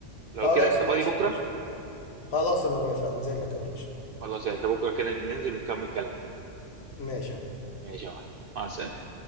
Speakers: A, on the right; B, on the left.
A: لو
B: خلاص
A: كده انت
B: ماشي
A: فاضي بكره
B: يا باشا خلاص انا موافق انزل لك يا باشا
A: خلاص يا باشا بكره كده ننزل ونكمل كلام
B: ماشي يا حبيبي
A: ماشي يا معلم مع السلامة